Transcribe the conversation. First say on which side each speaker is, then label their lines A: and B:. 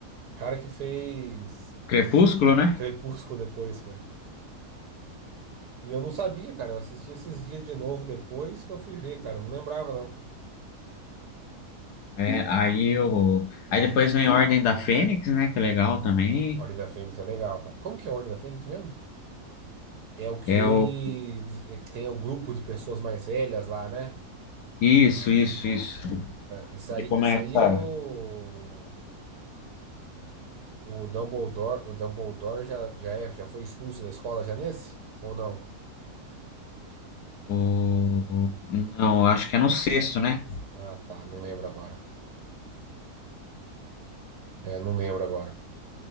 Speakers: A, on the right (about 80°); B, on the left (about 80°).
A: cara que fez
B: Crepúsculo, né?
A: Crepúsculo depois, cara. E eu não sabia, cara. Eu assisti esses dias de novo depois que eu fui ver, cara. Não lembrava, não.
B: É, aí o aí depois vem a Ordem da Fênix, né? Que é legal também.
A: Ordem da Fênix é legal, cara. Como que é a Ordem da Fênix mesmo? É o que
B: É
A: ele
B: o
A: diz- é que tem o grupo de pessoas mais velhas lá, né?
B: isso, isso, isso.
A: Isso aí,
B: E começa
A: isso aí é o, o Dumbledore, o Dumbledore já, já é, já foi expulso da escola já nesse? Ou não?
B: o não, acho que é no sexto, né?
A: Ah, tá, não lembro agora. É, não lembro agora.